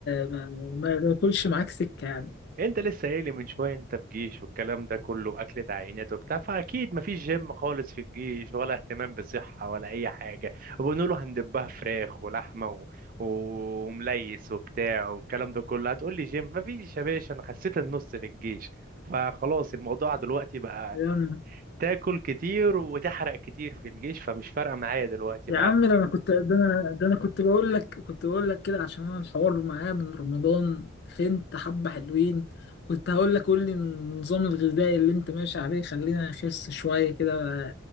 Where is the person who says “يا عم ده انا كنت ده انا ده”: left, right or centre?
Left